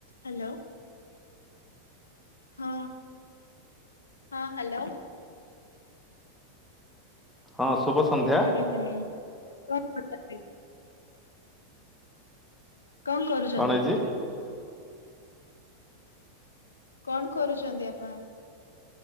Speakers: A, on the left (about 75°); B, in the centre.
A: Hello. ହଁ। ହଁ hello.
B: ହଁ ଶୁଭ ସନ୍ଧ୍ୟା।
A: ହୁଁ। କଁ କରୁଚନ୍ତି? କଁ କରୁଚନ୍ତି?
B: ଗଣେଶଜୀ।
A: କଣ କରୁଛନ୍ତି ଆପଣ?